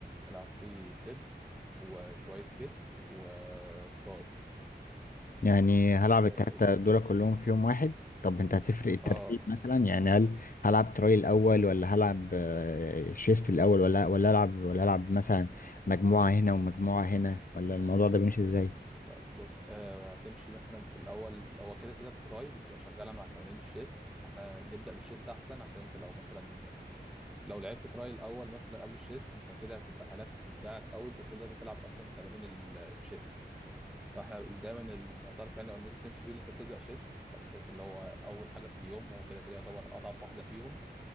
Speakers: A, in the centre; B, on the left.
A: تلعب فيه صدر وشوية كتف وتراي
B: يعني هلعب
A: اه
B: التلاتة دول كلهم في يوم واحد طب انت هتفرق الترتيب
A: آه،
B: مثلا يعني هل هلعب تراي الاول ولا هلعب آه، شيست الاول ولا ولا العب ولا العب مثلا مجموعة هنا ومجموعة هنا ولا الموضوع ده بيمشي ازاي
A: بص آه، هتمشي مثلا في الأول هو كده كده التراي بتبقى شغالة مع تمارين الشيست احنا نبدأ بالشيست أحسن عشان انت لو مثلا لو لعبت تراي الأول مثلا قبل الشيست انت كده هتبقى هلكت دراعك أوي انت مش هتقدر تلعب أصلا تمارين ال- الشيست فاحنا دايما المعترف يعني او الناس بتمشي بيه اللي انت بتبدأ شيست بحيث اللي هو أول حاجة في اليوم وهو كده كده يعتبر أضعف واحدة فيهم